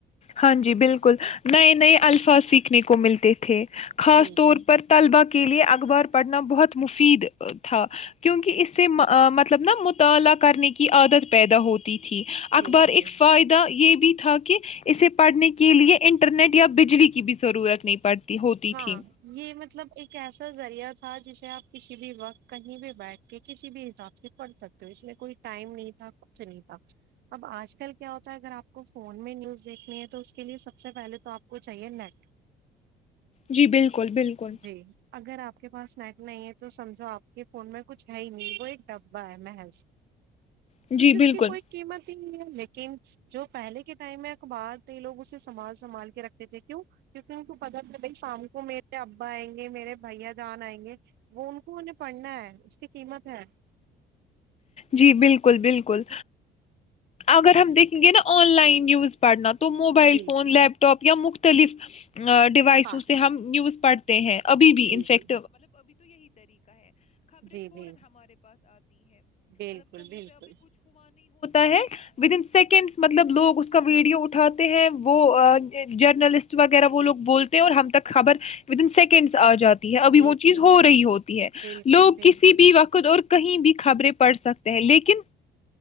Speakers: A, on the left; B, on the right.
A: ہاں جی بالکل نئے نئے الفاظ سیکھنے کو ملتے تھے خاص
B: جی
A: طور
B: جی
A: پر طلبا کے لیے اخبار پڑھنا بہت مفید تھا کیونکہ اس سے مطلب نا مطالعہ کرنے کی عادت پیدا ہوتی تھی
B: جی
A: اخبار
B: جی
A: ایک فائدہ یہ بھی بھی تھا کہ اسے پڑھنے کے لیے انٹرنیٹ یا بجلی کی بھی ضرورت نہیں پڑتی ہوتی
B: ہاں
A: تھی
B: یہ مطلب ایک ایسا ذریعہ تھا جسے آپ کسی بھی وقت کہیں بھی بیٹھ کے کسی بھی حساب سے پڑھ سکتے ہو اس میں کوئی ٹائم نہیں تھا کچھ نہیں تھا اب آج کل کیا ہوتا ہے اگر آپ کو فون میں نیوز دیکھنی ہے تو اس کے لیے سب سے پہلے تو آپ کو چاہیے نیٹ
A: جی بالکل بالکل
B: جی اگر آپ کے پاس سنیک نہیں ہے تو سمجھو آپ کے فون میں کچھ ہے ہی نہیں وہ ایک ڈبہ ہے محض
A: جی
B: کیونکہ اس
A: بالکل
B: کی کوئی قیمت لیکن جو پہلے کے ٹائم میں اخبار تھے لوگ اسے سنبال سنبھال کے رکھتے تھے کیوں کیونکہ ان پت تھا بھائی شام کو میرے ابا آئیں گے میرے بھیا جان آئیں گے وہ ان کو انیں پڑھنا ہے اس کی قیمت ہے
A: جی بالکل بالکل اگر ہم دیکھیں گے نا آن لائن نیوز پڑھنا تو تو موبائل
B: جی
A: فون لیپ ٹاپ یا مختلف ڈیوائسوں
B: ہاں
A: سے ہم نیوز <unintelligible> تا
B: جی جی جی جی بالکل بالکل
A: ہے ود ان سیکنڈس مطلب لوگ اس کا ویڈیو اٹھاتے ہیں وہ جرنلسٹ وغیرہ وہ لوگ بولتے ہیں اور ہم تک خبر ود ان سیکنڈس آ جاتی ہے
B: جی
A: ابھی وہ
B: جی
A: چیز ہو
B: جی
A: رہی ہوتی ہے
B: بالکل
A: لوگ
B: بالکل
A: کسی بھی وقت اور کہیں بھی خبریں پڑھ سکتے ہیں لیکن